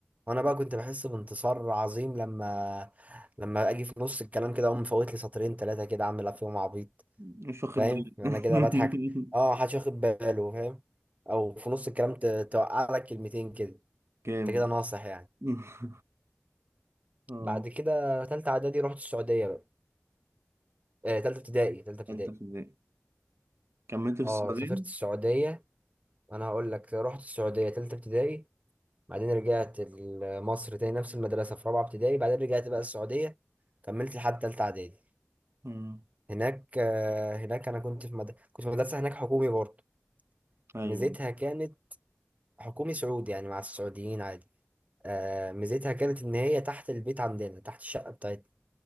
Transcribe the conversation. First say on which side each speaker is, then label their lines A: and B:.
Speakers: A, on the right; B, on the right.
A: وانا بقى كنت بحس بانتصار عظيم لما لما اجي في نص الكلام كده اقوم مفوت لي سطرين ثلاثه كده اعمل فيهم عبيط
B: مش واخد
A: فاهم
B: بالي
A: انا
B: <laughs>
A: كده بضحك اه محدش واخد باله فاهم او في نص الكلام ت... توقع لك كلمتين كده
B: كام
A: انت كده ناصح يعني
B: <laughs> اه
A: بعد كده تالتة اعدادي رحت السعوديه بقى آه، تالتة ابتدائي تالتة ابتدائي
B: تالتة في ابتدائي كملت في
A: اه
B: السعودية
A: سافرت السعودية انا هقول لك رحت السعودية تالتة ابتدائي بعدين رجعت ال- مصر تاني نفس المدرسة في رابعة ابتدائي بعدين رجعت بقى السعودية كملت لحد تالتة اعدادي
B: مم.
A: هناك آه، هناك انا كنت في مد... كنت في مدرسة هناك حكومي برضه
B: أيوة
A: ميزتها كانت حكومي سعودي يعني مع السعوديين عادي آه، ميزتها كانت ان هي تحت البيت عندنا تحت الشقة بتاعتنا